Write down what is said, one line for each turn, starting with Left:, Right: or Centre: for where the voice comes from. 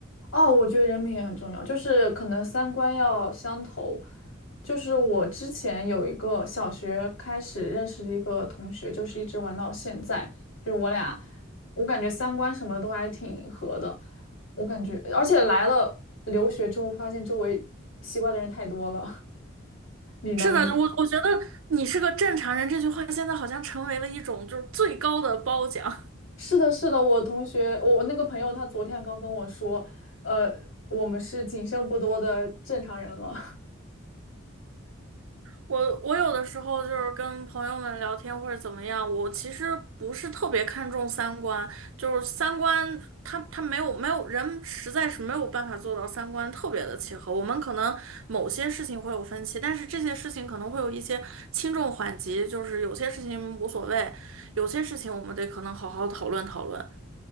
Left: 哦，我觉得人品也很重要，就是可能三观要相投。就是我之前有一个小学开始认识的一个同学，就是一直玩到现在，就是我俩，我感觉三观什么的都还挺合的。我感觉，而且来了留学之后，发现周围奇怪的人太多了。<laughs> 你呢？
Right: 是的，
Left: 你
Right: 我我觉得你是个正常人这句话现在好像成为了一种就是最高的褒奖。
Left: 是的，是的，我同学，我我那个朋友，他昨天刚跟我说，呃，我们是仅剩不多的正常人了。
Right: 我我有的时候就是跟朋友们聊天或者怎么样，我其实不是特别看重三观，就是三观他他没有没有人实在是没有办法做到三观特别的契合。我们可能某些事情会有分歧，但是这些事情可能会有一些轻重缓急，就是有些事情无所谓，有些事情我们得可能好好讨论讨论。